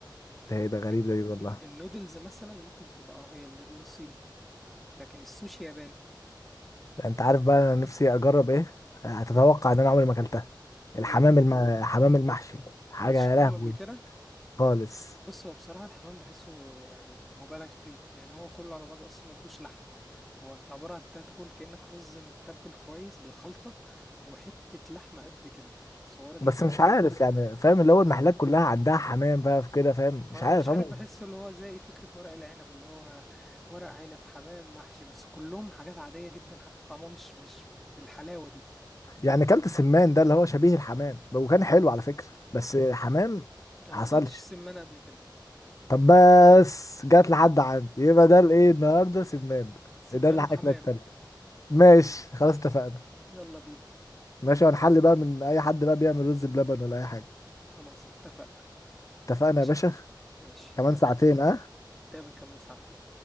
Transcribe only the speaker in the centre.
لكن
الن- النودلز مثلا ممكن تبقى اه هي اللي اللي صيني لكن السوشي ياباني
ايه
اكلتش حمام
قبل كده
بص هو بصراحة الحمام بحسه يعني مبالغ فيه يعني هو كله على بعضه أصلا ما فيهوش لحم هو أنت عبارة عن تاكل كأنك رز متبل كويس بالخلطة وحتة لحمة قد كده صغيرة جدا
قد
ما
أنا
مش
عارف بحسه اللي هو زي فكرة ورق العنب اللي هو ورق عنب حمام محشي بس كلهم حاجات عادية جدا حتى طعمهم مش مش بالحلاوة دي
أنا
ما دقتش سمان قبل كده
سمان
وحمام
يلا بينا
خلاص اتفقنا
ماشي
ماشي
يلا
نتقابل كمان ساعتين